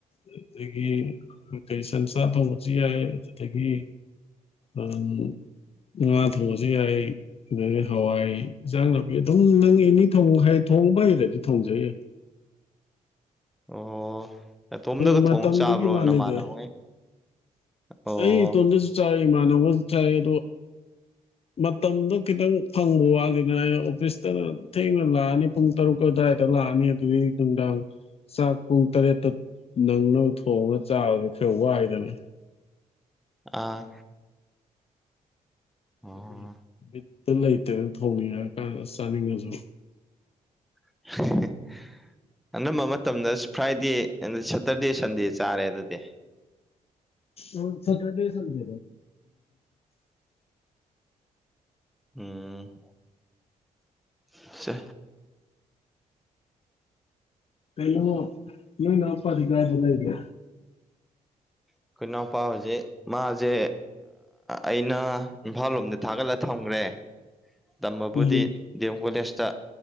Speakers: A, on the left (about 45°); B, in the centre.
A: ꯑꯗꯨꯗꯒꯤ ꯀꯩ ꯁꯟꯁꯥ ꯊꯣꯡꯕꯁꯨ ꯌꯥꯏ ꯑꯗꯨꯗꯒꯤ ꯎꯝ ꯉꯥ ꯊꯣꯡꯉꯁꯨ ꯌꯥꯏ ꯑꯗꯒꯤ ꯍꯋꯥꯏ ꯏꯟꯖꯥꯡ ꯅꯥꯄꯤ ꯑꯗꯨꯝ ꯅꯪ ꯑꯦꯅꯤ ꯊꯣꯡꯕ ꯍꯩꯔꯗꯤ ꯊꯣꯡꯖ ꯌꯥꯏ
B: ꯑꯣ ꯅꯇꯣꯝꯗꯒ
A: ꯑꯗꯨ ꯃꯇꯝꯗꯨꯒꯤ
B: ꯊꯣꯡ ꯆꯥꯕ꯭ꯔꯣ
A: ꯋꯥꯅꯤꯗ
B: ꯅꯃꯥꯟꯅꯕꯉꯩ ꯑꯣ
A: ꯑꯩ ꯏꯇꯣꯝꯗꯁꯨ ꯆꯥꯏ ꯏꯃꯥꯟꯅꯕꯒꯥꯖꯨ ꯆꯥꯏ
B: <unintelligible>
A: ꯃꯇꯝꯗꯣ ꯈꯤꯇꯪ ꯐꯪꯕ ꯋꯥꯠꯂꯤꯗꯅ ꯑꯩꯅ ꯑꯣꯐꯤꯁꯇ ꯊꯦꯡꯅ ꯂꯥꯛꯑꯅꯤ ꯄꯨꯡ ꯇꯔꯨꯛ ꯑꯗꯨꯋꯥꯏꯗ ꯂꯥꯛꯑꯅꯤ ꯑꯗꯨꯗꯩꯩ ꯅꯨꯡꯗꯥꯡ ꯆꯥꯛ ꯄꯨꯡ ꯇꯔꯦꯠꯇ ꯅꯪꯅꯕ ꯊꯣꯡꯉꯒ ꯆꯥꯕꯗꯤ ꯈꯔ ꯋꯥꯏꯗꯅ
B: ꯑꯥ ꯑꯣ
A: ꯑꯗꯨ ꯕꯤꯠꯇꯣ ꯂꯩꯇꯦꯅ ꯊꯣꯡꯅꯤꯡꯉ ꯀꯥꯟꯗ ꯆꯥꯅꯤꯡꯉꯁꯨ
B: <unintelligible> ꯑꯅꯝꯕ ꯃꯇꯝꯗ ꯐ꯭ꯔꯥꯏꯗꯦ ꯁꯇꯔꯗꯦ ꯁꯟꯗꯦ ꯆꯥꯔꯦ ꯑꯗꯨꯗꯤ
A: ꯑꯣ ꯁꯇꯔꯗꯦ ꯁꯟꯗꯦ
B: ꯎꯝ ꯁꯦ
A: ꯀꯩꯅꯣ ꯅꯅꯥꯎꯄꯥꯗꯤ ꯀꯥꯏꯗ ꯂꯩꯒꯦ
B: ꯑꯩꯈꯣꯏ ꯏꯅꯥꯎꯄꯥ ꯍꯧꯖꯤꯛ ꯃꯥꯁꯦ ꯑꯩꯅ ꯏꯝꯐꯥꯜ ꯂꯣꯝꯗ ꯊꯥꯒꯠꯂ ꯊꯝꯈ꯭ꯔꯦ ꯇꯝꯕꯕꯨꯗꯤ
A: ꯎꯝ
B: ꯗꯤ ꯑꯦꯝ ꯀꯣꯂꯦꯖꯇ